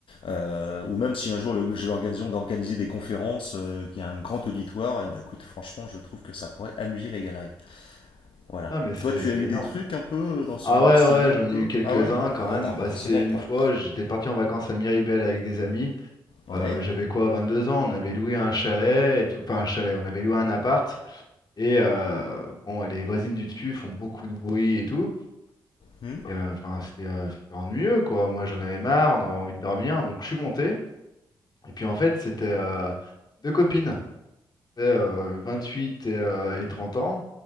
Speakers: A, on the left (about 65°); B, on the left (about 45°).
A: euh, ou même si un jour j'ai l'occasion d'organiser des conférences, euh, qu'il y a un grand auditoire, eh ben, écoute, franchement, je trouve que ça pourrait amuser la galerie. Voilà.
B: Ah mais c'est
A: Toi, tu
B: c'est
A: as eu
B: énorme.
A: des trucs un peu dans ce
B: Ah ouais,
A: style-là,
B: ouais, j'en
A: un
B: ai
A: peu
B: eu quelques-uns
A: Ah ouais
B: quand
A: Toi,
B: même.
A: t'es un professionnel,
B: Bah c'était une
A: toi.
B: fois, j'étais parti en vacances à Miribel avec des amis.
A: Ouais.
B: Euh, j'avais quoi, 22 ans, on avait loué un chalet et tout. Enfin un chalet, on avait loué un appart. Et euh, bon, et les voisines du dessus font beaucoup de bruit et tout.
A: Hmm.
B: Et, euh, enfin, c'était euh, c'était ennuyeux, quoi. Moi, j'en avais marre, on avait envie de dormir. Donc, je suis monté. Et puis, en fait, c'était euh, deux copines, c'était, euh, 28 et, euh, et 30 ans.